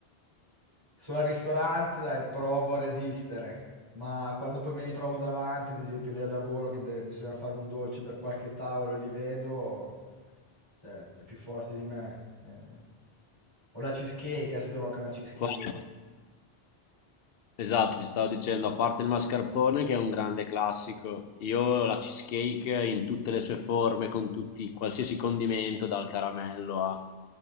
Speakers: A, on the right; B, on the left.
A: sono al ristorante, dai, provo a resistere, ma quando poi mi ritrovo davanti, ad esempio lì al lavoro, che de- bisogna fare un dolce per qualche tavolo e li vedo, cioè è più forte di me. eh. O la cheesecake, adesso abbiamo anche una cheesecake.
B: Qual è? Esatto, ti stavo dicendo, a parte il mascarpone che è un grande classico, io la cheesecake in tutte le sue forme, con tutti, qualsiasi condimento, dal caramello a